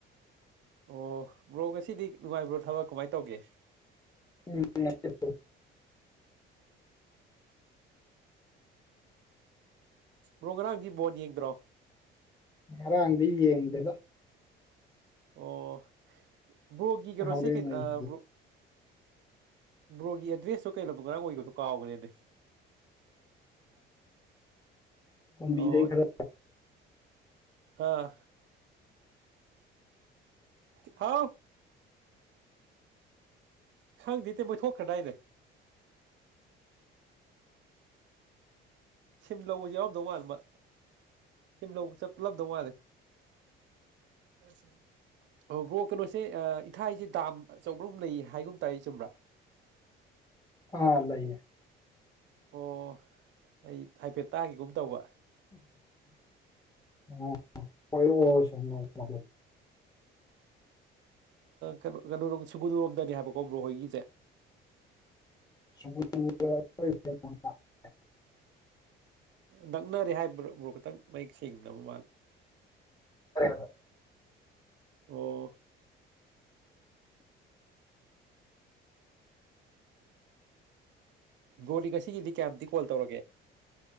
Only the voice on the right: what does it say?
ꯑꯣ ꯕ꯭ꯔꯣ ꯉꯁꯤꯗꯤ ꯅꯨꯡꯉꯥꯏꯕ꯭ꯔꯣ ꯊꯕꯛ ꯀꯃꯥꯏꯅ ꯇꯧꯒꯦ
꯭ꯔꯣꯒꯔꯥꯡꯖꯤ ꯣꯠ ꯌꯦꯡꯗ꯭ꯔꯣ
ꯑꯣ ꯕ꯭ꯔꯣꯒꯤ ꯀꯩꯅꯣꯁꯦꯩꯅ
ꯕ꯭ꯔꯣ ꯕ꯭ꯔꯣꯒꯤ ꯑꯦꯗ꯭ꯔꯦꯁꯇꯨ ꯀꯩ ꯂꯝꯕ ꯉꯔꯥꯡ ꯑꯣꯏꯒꯁꯨ ꯀꯥꯎꯈꯦꯅꯦ
ꯑꯣ
ꯑꯥ ꯍꯥꯎ ꯍꯪꯗꯤ ꯊꯣꯛ ꯈꯗꯥꯏꯗ ꯁꯤꯝ ꯂꯧꯕꯁꯤ ꯌꯥꯎꯔꯝꯗꯧ ꯃꯥꯜ ꯃꯥ ꯁꯤ ꯂꯧꯕ ꯄꯨꯜꯂꯞꯗꯧ ꯋꯥꯂꯦ ꯐꯁ ꯑꯣꯕ꯭ꯔꯣ ꯀꯩꯅꯣꯁꯦ ꯏꯊꯥꯏꯁꯦ ꯗꯥꯝ ꯑꯆꯧꯕ꯭ꯔꯍꯨꯝ ꯂꯩ ꯍꯥꯏꯒꯨꯝ ꯇꯥꯔ ꯆꯨꯝꯕ꯭ꯔꯥ
ꯑꯣ ꯑꯩ ꯍꯥꯏꯐꯦꯠ ꯇꯥꯈꯤꯒꯨꯝ ꯇꯧꯕ
ꯀꯩꯅꯣ ꯀꯩꯅꯣꯣ ꯁꯤꯨꯒꯨꯅꯔꯣꯝꯗꯅꯤ ꯍꯥꯏꯕ ꯕꯣꯕ꯭ꯔꯣꯍꯣꯏꯒꯤꯁꯦ
ꯅꯛꯅꯔꯦ ꯍꯥꯏꯕ꯭ꯔ꯭ꯔꯣ ꯈꯤꯇꯪ ꯃꯌꯦꯛ ꯁꯦꯡꯅꯕ ꯃꯥꯜꯂꯤꯦ
ꯑꯣ ꯒꯣꯗꯤ ꯉꯁꯤꯒꯤꯗꯤ ꯀꯌꯥꯨꯇ ꯀꯣꯜ ꯇꯧꯔꯒꯦ